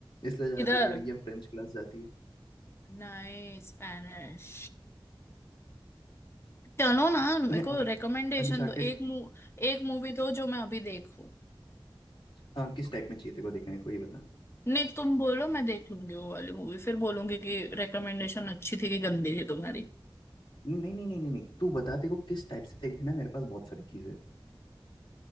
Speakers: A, on the left; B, on the left.
A: इसलिए ज्यादातर
B: इधर
A: लड़कियां फ्रेंच क्लास जाती है
B: नहीं स्पेनिश चलो ना मेरे
A: तूने
B: को रिकमेंडेशन
A: अनचार्टेड
B: दो एक मू, एक मूवी दो जो मैं अभी देखूं
A: हाँ, किस टाइप में चाहिए तेरे को देखने को ये बता
B: नहीं तुम बोलो मैं देख लूंगी वो वाली मूवी फिर बोलूंगी कि रिकमेंडेशन अच्छी थी कि गंदी थी तुम्हारी
A: नहीं नहीं नहीं नहीं नहीं तू बता तेरे को किस टाइप से देखना है मेरे पास बहुत सारी चीजें हैं।